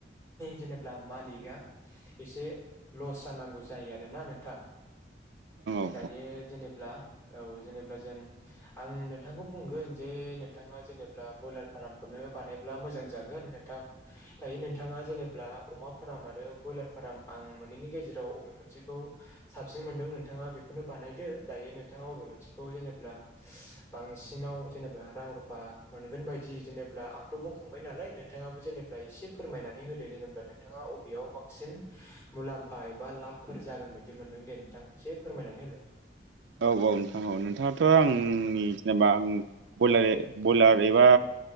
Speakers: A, on the left; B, on the right.
A: जेनेबा मालिकआ एसे लस जानांगौ जायो आरोना नोंथां।
B: औ
A: दायो जेनेब्ला औ जेनेब्ला जों आं नोंथांखौ बुंगोन जे नोंथाङा जेनेब्ला ब्रयलार फार्मखौनो बानायब्ला मोजां जागोन नोंथां। दायो नोंथाङा जेनेब्ला अमा फार्म आरो बयलार फार्म आं मोननैनि गेजेराव बबे मोनसेखौ साबसिन मोनदों नोंथाङा बेखौनो बानायदो दायो नोंथाङा बबे मोनसेखौ जेनेब्ला बांसिनाव जेनेबा रां रुफा मोनगोन बायदि जेनेब्ला आंथ' बुंखांबाय नालाय नोंथाङाबो जेनेबा एसे फोरमायनानै होदो जेनेब्ला नोंथाङा बबेयाव बांसिन मुलाम्फा एबा लाबफोर जागोन? बायदि मोनदों दे नोंथां एसे फोरमायनानै होलाय।
B: औ औ नोंथाङा औ नोंथाङाथ' आंनि जेनेबा आं बयलार बयलार एबा